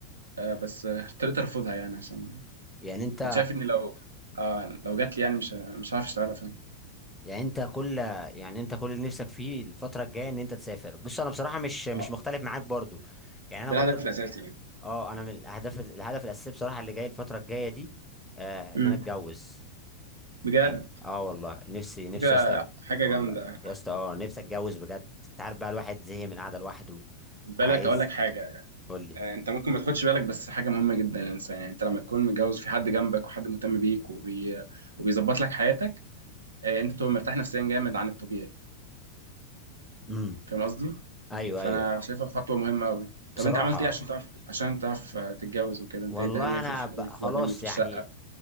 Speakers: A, on the right; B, in the centre.
A: آه، بس آه، اضطريت ارفضها يعني عشان
B: يعني انت
A: كنت شايف ان لو آه لو جات لي يعني مش مش هعرف اشتغلها فاهم
B: يعني انت كل يعني انت كل اللي نفسك فيه الفتره الجايه ان انت تسافر بص انا بصراحه مش مش
A: اه
B: مختلف معاك برضو يعني انا
A: ده
B: برضو
A: الهدف الاساسي يعني
B: اه انا من الاهداف الهدف الاساسي بصراحه اللي جاي الفتره الجايه دي آه ان
A: امم
B: انا اتجوز
A: بجد
B: يعني اه والله نفسي نفسي
A: فكره
B: يا اسطى
A: حاجه
B: والله
A: جامده
B: يا اسطى اه نفسي اتجوز بجد انت عارف بقى الواحد زهق من القعده لوحده
A: خد بالك
B: عايز
A: اقول لك حاجه
B: قول لي
A: آه، انت ممكن ما تاخدش بالك بس حاجه مهمه جدا للانسان يعني انت لما تكون متجوز في حد جنبك وحد مهتم بيك وبي... وبيظبط لك حياتك آه، انت بتبقى مرتاح نفسيا جامد عن الطبيعي
B: امم
A: فاهم قصدي
B: ايوه
A: فانا
B: ايوه
A: شايفها خطوه مهمه قوي طب
B: بصراحه
A: انت عملت ايه عشان تعرف عشان تعرف آه، تتجوز وكده
B: والله
A: انت ايه هتعمل ايه
B: انا
A: في الفلوس
B: ب... خلاص
A: وهتعمل ايه في
B: يعني
A: الشقه